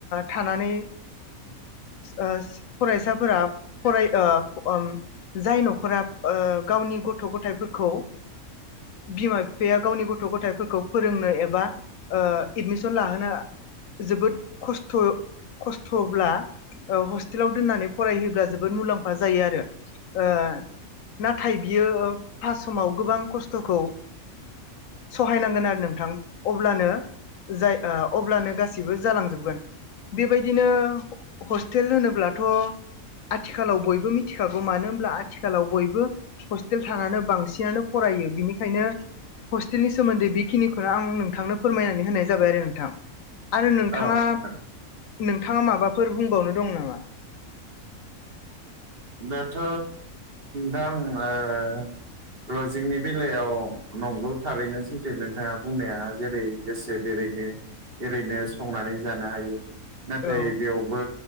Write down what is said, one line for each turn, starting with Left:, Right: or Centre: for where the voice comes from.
Left: थानानै ओ फरायसाफोरा फराय जाय ओ न'खरा गावनि गथ' गथाइफोरखौ बिमा बिफाया गावनि गथ' गथायफोरखौ फोरोंनो एबा ओ एडमिसन लाहोनो जोबोद खस्थ' खस्थ'ब्ला ओ हस्टेलाव दोननानै फरायहयोब्ला जोबोद मुलाम्फा जायो आरो ओ नाथाय बियो पास समाव गोबां खस्थ'खौ सहायनांगोन आरो नोंथां अब्लानो जा अब्लानो गासिबो जालांजोबगोन बेबायदिनो हस्टेल होनोब्लाथ' आथिखालाव बयबो बो मिथिखागौ मानो होनब्ला आथिखालाव बयबो हस्टेल थानानै बांसिनानो फरायो बिनिखायनो हस्टेलनि सोमोन्दै बेखिनिखौनो आं नोंथांनो फोरमायनानै होनाय जाबाय आरो नोंथां आरो
Right: औ
Left: नोंथाङा
Right: नोंथां।
Left: नोंथाङा माबाफोर बुंबावनो दं नामा?
Right: दाथ' दा आं लजिंनि बेलायाव नंगौ थारैनो सैथो नोंथाङा बुंनाया जेरै गोसो बेरै ओ ओरैनो संनानै जानो हायो नाथाय
Left: औ
Right: बेयावबो